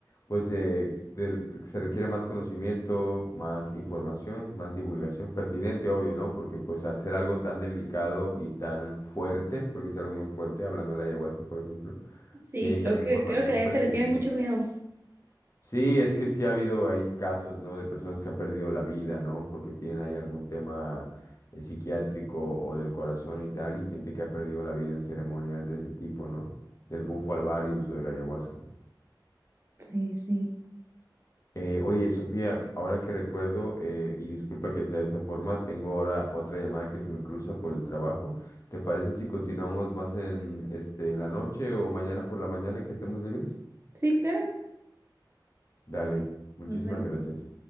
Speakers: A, on the left; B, on the right.
A: pues, de, del- se requiere más conocimiento, más información, más divulgación pertinente, obvio, ¿no? Porque pues al ser algo tan delicado y tan fuerte, porque es algo muy fuerte, hablando de la ayahuasca, por ejemplo,
B: Sí,
A: tiene
B: creo
A: que haber
B: que,
A: información
B: creo que la gente
A: pertinente.
B: le tiene mucho miedo.
A: Sí, es que sí ha habido ahí casos, ¿no? De personas que han perdido la vida, ¿no? Porque tienen ahí algún tema eh, psiquiátrico o del corazón y tal, y gente que ha perdido la vida en ceremonias de ese tipo, ¿no? Del bufo alvarius o de la ayahuasca.
B: Sí, sí.
A: Eh, oye, Sofía, ahora que recuerdo, eh, y disculpa que sea de esa forma, tengo ahora otra llamada que se me cruza por el trabajo. ¿Te parece si continuamos más en, este, en la noche o mañana por la mañana que estemos libres?
B: Sí, claro.
A: Dale, muchísimas
B: Nos vemos.
A: gracias.